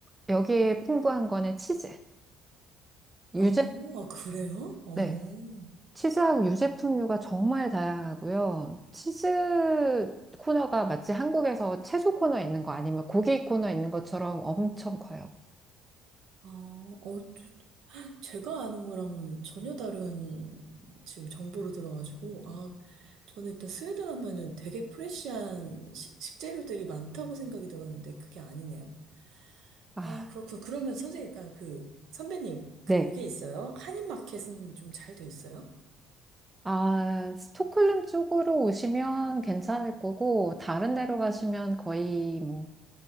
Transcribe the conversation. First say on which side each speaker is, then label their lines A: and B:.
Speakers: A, on the right; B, on the right.
A: 여기에 풍부한 거는 치즈. 유제,
B: 어, 아, 그래요? 어,
A: 네. 치즈하고 유제품류가 정말 다양하고요. 치즈 코너가 마치 한국에서 채소 코너 있는 거 아니면 고기 코너 있는 것처럼 엄청 커요.
B: 아, 어, 저- 제가 아는 거랑은 전혀 다른 지금 정보로 들어가지고, 아, 저는 일단 스웨덴 하면은 되게 프레시한 시- 식재료들이 많다고 생각이 들었는데, 그게 아니네요.
A: 아,
B: 아, 그렇구나. 그러면 선생님, 아, 그, 선배님, 그게
A: 네.
B: 있어요? 한인마켓은 좀 잘 돼 있어요?
A: 아, 스톡홀름 쪽으로 오시면 괜찮을 거고, 다른 데로 가시면 거의 뭐